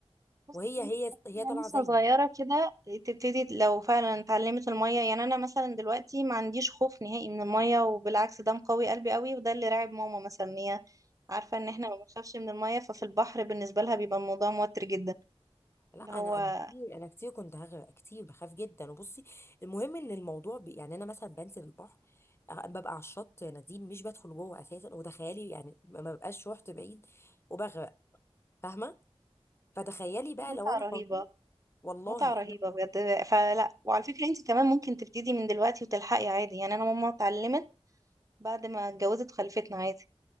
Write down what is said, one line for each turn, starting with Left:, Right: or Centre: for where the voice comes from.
Right: بصي
Left: وهي هي هي
Right: يعني
Left: طالعه
Right: لسه
Left: زيي
Right: صغيرة كده تبتدي لو فعلا اتعلمت المية يعني أنا مثلا دلوقتي ما عنديش خوف نهائي من المية وبالعكس ده مقوي قلبي قوي وده اللي راعب ماما مثلا إن هي عارفة إن إحنا ما بنخافش من المية ففي البحر بالنسبة لها بيبقى الموضوع موتر جدا
Left: لا
Right: اللي
Left: انا
Right: هو
Left: انا كتير انا كتير كنت هغرق كتير بخاف جدا وبصي المهم ان الموضوع ب... يعني انا مثلا بنزل البحر أ- ببقى على الشط يا نادين مش بدخل جوه اساسا وتخيلي يعني ما ما ببقاش رحت بعيد وبغرق فاهمه فتخيلي بقى
Right: متعة
Left: لو انا
Right: رهيبة
Left: قررت والله
Right: متعة رهيبة
Left: انا
Right: بجد فلا وعلى فكرة انت كمان ممكن تبتدي من دلوقتي وتلحقي عادي يعني انا ماما اتعلمت بعد ما اتجوزت خلفتنا عادي